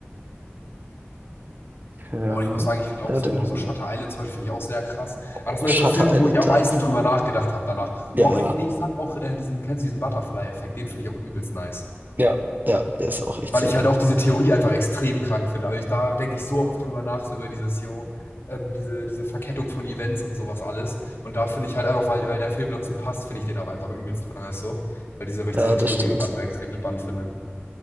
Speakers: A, on the right; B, on the left.
A: Ja,
B: Und ich muss sagen, ich finde
A: ja,
B: auch so,
A: den haben
B: so Shutter
A: wir nicht.
B: Island zum Beispiel finde ich auch sehr krass.
A: Oh,
B: Aber das sind
A: Shutter
B: halt so Filme,
A: Island,
B: wo ich am
A: ja.
B: meisten drüber nachgedacht habe danach. Oh,
A: Ja,
B: und ich- nee, ich sag auch äh, diesen, kennst du diesen Butterfly-Effekt? Den finde ich auch übelst nice.
A: ja, ja, der ist auch echt
B: Weil
A: sehr
B: ich
A: geil.
B: halt auch diese Theorie einfach extrem krank finde. Also ich, da denke ich so oft drüber nach, so über dieses, yo, ähm, diese, diese Verkettung von Events und sowas alles. Und da finde ich halt einfach, weil, weil der Film dazu passt, finde ich den auch einfach übelst nice so. Weil diese, weil ich
A: Ja,
B: diese
A: das
B: Theorie
A: stimmt.
B: auch einfach extrem spannend finde.